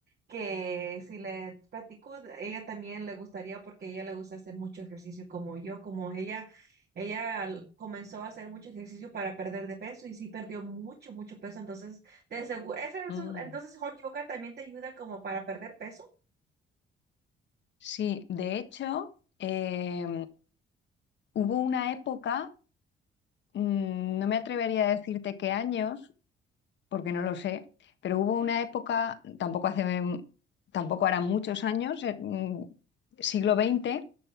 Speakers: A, on the right; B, on the left.
A: que si le platico, ella también le gustaría porque ella le gusta hacer mucho ejercicio como yo, como ella, ella l- comenzó a hacer mucho ejercicio para perder de peso y sí perdió mucho, mucho peso, entonces de seguro, ese, es
B: Mm,
A: un- entonces hot yoga también te ayuda como para perder peso.
B: Sí, de hecho, eh, hubo una época, mm, no me atrevería a decirte qué años, porque no lo sé, pero hubo una época, tampoco hace, tampoco hará muchos años, eh, mm, siglo XX,